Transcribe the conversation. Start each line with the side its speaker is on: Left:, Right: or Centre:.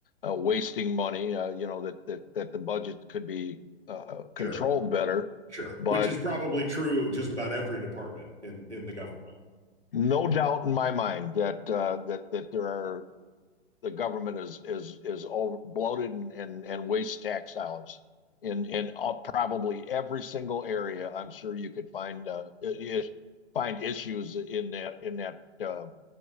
Left: uh, wasting money. Uh, you know that that that the budget could be uh,
Right: Sure,
Left: controlled better,
Right: sure.
Left: but
Right: Which is probably true of just about every department in in the government.
Left: no doubt in my mind that uh, that that there are the government is is is over bloated and and, and wastes tax dollars in in uh, probably every single area. I'm sure you could find uh, is, find issues in that in that uh,